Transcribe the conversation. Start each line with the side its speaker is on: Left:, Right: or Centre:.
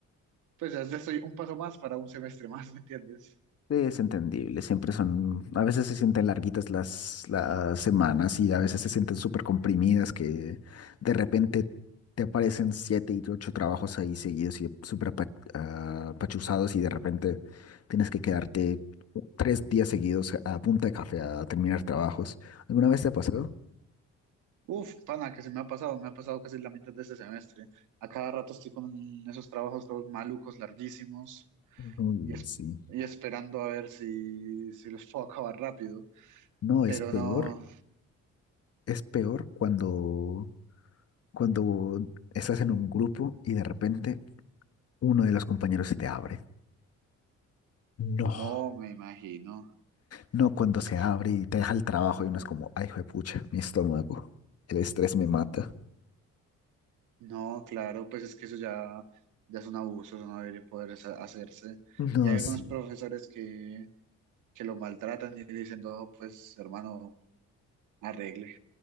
Right: pues ya ya estoy un paso más para un semestre más, <laughs> ¿me entiendes?
Left: Es entendible, siempre son, a veces se sienten larguitas las, las semanas y a veces se sienten súper comprimidas que de repente te aparecen siete y ocho trabajos ahí seguidos y súper apa- ah, apachuzados y de repente tienes que quedarte tres días seguidos a punta de café a terminar trabajos. ¿Alguna vez te ha pasado?
Right: Uf, pana, que se me ha pasado, me ha pasado casi la mitad de este semestre. A cada rato estoy con esos trabajos todos malucos, larguísimos,
Left: Uy,
Right: y, es-
Left: sí.
Right: y esperando a ver si, si los puedo acabar rápido.
Left: No,
Right: Pero
Left: es peor,
Right: no,
Left: es peor cuando, cuando estás en un grupo y de repente uno de los compañeros se te abre. No,
Right: no me imagino.
Left: no cuando
Right: Es
Left: se
Right: que-
Left: abre y te deja el trabajo y uno es como, ay, juepucha mi estómago, el estrés me mata.
Right: No, claro, pues es que eso ya, ya es un abuso, eso no debería poder sa- hacerse.
Left: No,
Right: Y hay
Left: sí,
Right: algunos profesores que, que lo maltratan y dicen, no, pues hermano, arregle.